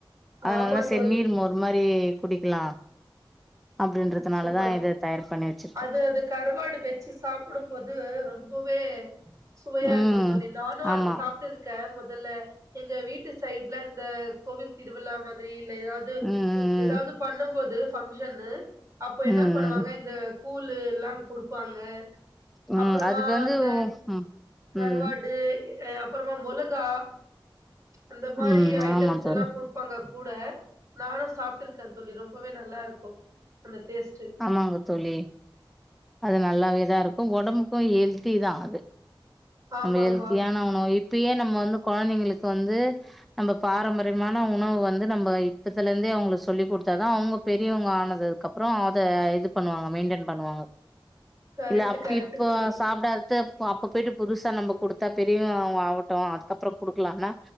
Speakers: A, in the centre; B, on the right.
A: அதுனால
B: ஆமா
A: செரி
B: தோழி
A: நீர் மோர் மாரி குடிக்கலா அப்டின்றது அதுனால
B: சூப்பர்
A: தா இது தயார் பண்ணி வெச்சிருக்கோ
B: அது அது கருவாடு வெச்சு சாப்புடும்போது ரொம்பவே சுவையா
A: ம்
B: இருக்கு தோழி நானு
A: ஆமா
B: அது சாப்ட்டுருக்கே மொதல்ல எங்க வீட்டு சைட்ல இந்த கோவில் திருவிழா மாதிரி இல்ல எதாவ் து
A: ம் ம்
B: உ எதாவ்து பண்ணும் போது ஃபங்க்ஷனு அப்ப என்னா
A: ம் ம்
B: பண்ணுவாங்க இந்த கூழு எல்லா குடுப்பாங்க
A: ம்
B: அப்பறமா
A: ம் அதுக்கு வந்து
B: அந்த
A: ம்
B: கருவாடு
A: ம்
B: எ அய அப்பறமா மொளகா அந்த மாரி
A: ம்
B: ஐட்டம்ஸ்
A: ஆமா தோழி
B: எல்லா குடுப் பாங்க கூட நானு சாப்ட்ருக்கே தோழி ரொம்பவே நல்லாருக்கு அந்த டேஸ்ட்டு
A: ஆமாங்க தோழி அது நல்லாவேதா இருக்கு ஒடம்புக்கு எல்த்திதா அது
B: ஆமா
A: நம்ம எல்த்தியான
B: ஆமா
A: உணவு இப்பயே நம்ம வந்து கொழந்தைங்களுக் வந்து நம்ப பாரம்பரியமான உணவு வந்து நம்ப இப்பத்துலிர்ந்தே அவ்ங்களுக்கு சொல்லி குடுத்தாதா அவ்ங்க பெரியவங்க ஆனது க்கப்றோ அத இது பண்ணுவாங்க மெய்ன்டென் பண்ணுவாங்க
B: கரெக்ட்டு
A: இல்ல அப்
B: கரெக்ட்டு
A: இப்ப
B: தோழி
A: சாப்டாத்து போ அப்ப போய்ட்டு புதுசா நம்ம குடுத்தா பெரியவ்ங்க அவ்ங்க ஆவட்டு அதுக்கப்றோ குடுக்கலான்னா